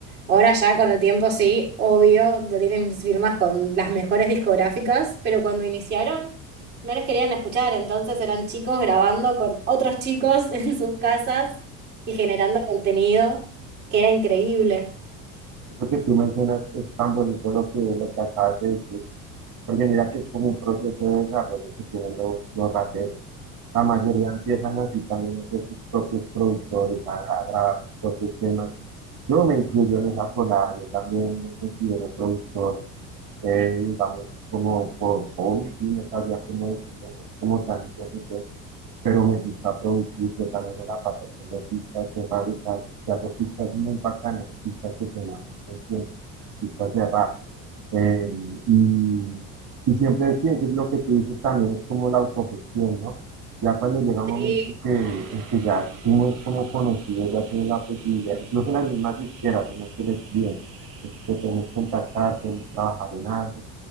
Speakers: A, on the right (about 80°); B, on the right (about 50°).
A: Ahora ya con el tiempo sí, obvio, tienen firmas con las mejores discográficas, pero cuando iniciaron no les querían escuchar, entonces eran chicos grabando con otros chicos <laughs> en sus casas y generando contenido que era increíble.
B: Eso que tú mencionas es tan bonito lo que, lo que acabas de decir, porque mira que es como un proceso de desarrollo que tienen los, los raperos. La mayoría empiezan así también a ser sus propios productores, a, a grabar sus propios temas. Yo me incluyo en esa colada, yo también me considero productor eh, digamos, como por hobby, sí, no sabía cómo decirlo, no es como tan mi profesión, pero me gusta producir, yo también me la paso haciendo pistas, yo fabricar, yo hago pistas muy bacanas, pistas que se dan muy bien, pistas de rap. Eh, y, y siempre sí, es lo que tú dices también es como la autogestión, ¿no? Ya cuando llega un
A: Sí,
B: momento en que, en que ya uno es como conocido, ya tiene la posibilidad, incluso las mismas disqueras, unas que le escriben, que, que podemos contactar, podemos trabajar en algo.